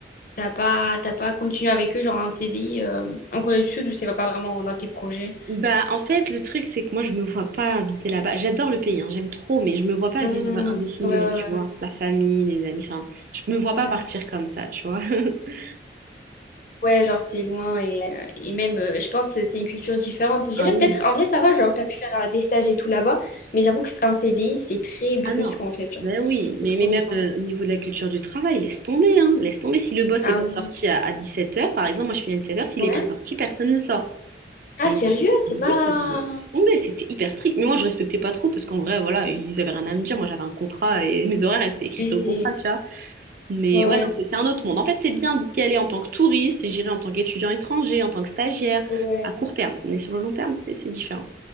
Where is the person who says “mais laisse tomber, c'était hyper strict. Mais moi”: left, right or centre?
Right